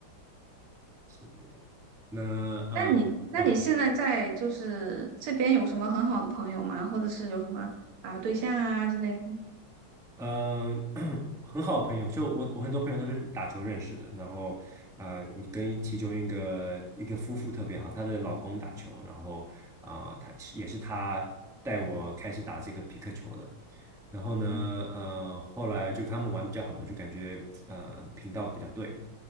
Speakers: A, in the centre; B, on the right.
A: 是的呀。那呃。
B: 那你，那你现在在就是这边有什么很好的朋友吗？
A: 嗯
B: 或者是有什么啊对象啊之类的？
A: 嗯，<clears throat> 很好的朋友，就我我很多朋友都是打球认识的，然后啊、呃，我跟其中一个一个夫妇特别好，她的老公打球，然后啊、她也是她带我开始打这个皮克球的，然后呢，
B: 啊，
A: 呃，后来就跟他们玩比较好嘛，就感觉呃频道比较对，